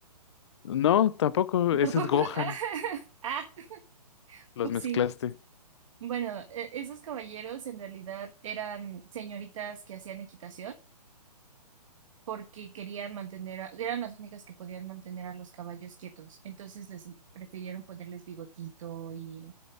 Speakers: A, on the left; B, on the right.
A: No, tampoco, ese
B: Tampoco.
A: es Gohan.
B: <laughs> Ah, ah,
A: Los
B: upsí.
A: mezclaste.
B: Bueno, e- esos caballeros en realidad eran señoritas que hacían equitación porque querían mantener, a- eran las únicas que podían mantener a los caballos quietos. Entonces les prefirieron ponerles bigotito y